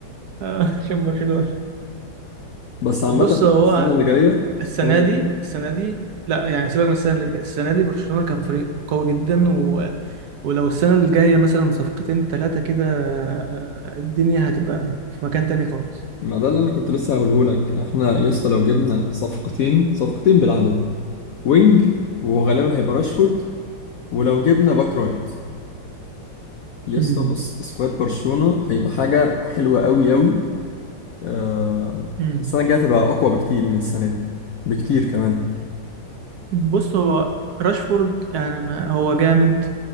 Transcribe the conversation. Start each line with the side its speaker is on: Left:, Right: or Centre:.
Right: <laughs> عشان برشلونه
Left: بس عامة
Right: بص هو
Left: السنة اللي جاية
Right: السنه
Left: السنة اللي
Right: دي
Left: جاية
Right: السنه دي لا يعني سيبك من السنه اللي جايه السنه دي برشلونه كان فريق قوي جدا و... ولو السنه اللي جايه مثلا صفقتين ثلاثه كده آه، الدنيا هتبقى في مكان تاني خالص
Left: ما ده اللي أنا كنت لسه هقوله لك احنا يا اسطى لو جبنا صفقتين صفقتين بالعدد وينج وغالبا هيبقى راشفورد ولو جبنا باك رايت يا اسطى
Right: مم.
Left: بص سكواد برشلونة هيبقى حاجة حلوة قوي قوي آه
Right: مم.
Left: السنة الجاية هتبقى أقوى بكتير من السنة دي بكتير كمان
Right: بص هو راشفورد يعني ما هو جامد